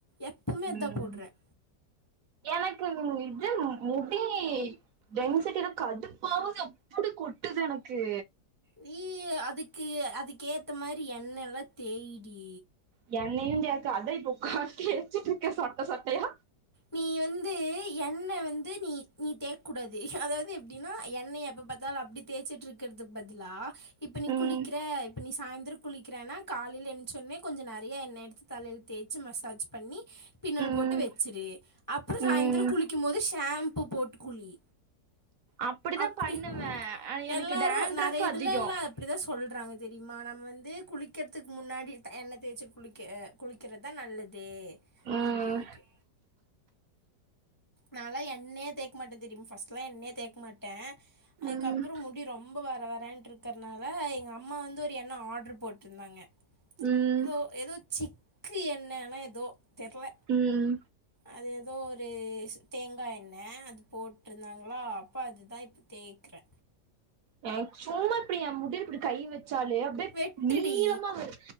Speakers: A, on the left; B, on the right.
A: எப்பவுமே இதா
B: ம்
A: போடுறேன்
B: எனக்கு இது இது முடி டென்சிட்டியில கடுப்பாவது அப்படி கொட்டுது எனக்கு
A: நீ அதுக்கு அதுக்கேத்த மாறி எண்ணெயெல்லா தேயிடி
B: ய எண்ணெயுந்தான் அதா இப்ப உக்காந்து தேச்சுட்டுருக்கேன் சொட்ட சொட்டயா
A: நீ வந்து என்ண வந்து நீ நீ தேக்கூடாது அதாவது எப்டின்னா எண்ணெய எப்ப பாத்தாலு அப்டி தேய்ச்சிட்றுக்கதுக்கு பதிலா இப்ப நீ
B: ம்
A: குளிக்ற இப்ப நீஸ் சாய்ந்தர குளிக்கறன்னா காலைல ஏஞ்ச ஒட்ன கொஞ்ச நெறைய எண்ணெ எடுத்து தலைல தேச்சி மசாஜ் பண்ணி பின்னல்
B: ம்
A: போட்டு வெச்சிரு அப்ற சாயந்தர
B: ம்
A: குளிக்கும் போது ஷா ஆம்ப்பு போட்டு குளி
B: அப்டிதா
A: அப்டி
B: பண்ணுவே ஆனா எனக்கு
A: எல்லாரூ
B: டேண்ட்ரஃப்
A: நெறைய இதுலேல்லா
B: அதிகோ
A: அப்டிதா சொல்றாங்க இது திம்மா நம்ம வந்து குளிக்றதிக்கு முன்னாடி என்ன தேச்சு குளிக்க குளிக் கிறதா நல்லதே
B: ம்
A: அப்டீன்ட்டு நால்லா என்னே தேக்க மாட்டே தெரிம் ஃபர்ஸ்ட்லா என்னே தேக்க மாட்டே அதுக்கப்றோ
B: ம்
A: முடி ரொம்ப வர த வரேன்ட்ருக்றனால எங்க அம்மா வந்து ஒரு எண்ண ஆர்டர் போட்ருந்தாங்க
B: ம்
A: இதோ எதோ சிக் இட்லி என்னன்ன ஏதோ தெரில
B: உம்
A: அது எதோ ஒரு தேங்கா எண்ணெ அது போட்ருந்தாங்ளா அப்ப அதுதா இப்ப தேக்றே
B: அ சும்மா பிரியா முடிர் இப்டி கை வச்சாலே அப்டியே
A: வெட்டுடி
B: நீளமா வரூ